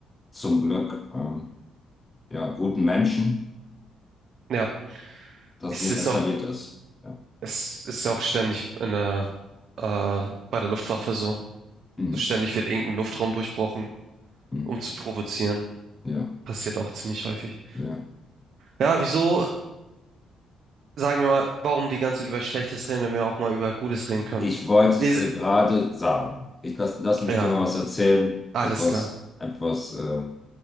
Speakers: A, on the left (about 20°); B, on the right (about 60°).
A: zum Glück ähm, ja, guten Menschen
B: ja,
A: das
B: es
A: nicht
B: ist
A: eskaliert
B: auch,
A: ist. Ja.
B: es ist ja auch ständig in der, äh, bei der Luftwaffe so.
A: Hm.
B: So ständig wird irgendein Luftraum durchbrochen,
A: Hm.
B: um zu provozieren.
A: Ja.
B: Passiert auch ziemlich häufig.
A: Ja.
B: Ja, wieso, sagen wir mal, warum die ganze Zeit über Schlechtes reden, wenn wir auch mal über Gutes reden können?
A: Ich wollte es
B: Wie- se-
A: dir gerade sagen. Ich lass, lass mich
B: Ja,
A: dir mal was erzählen.
B: alles
A: Etwas,
B: klar.
A: etwas, äh,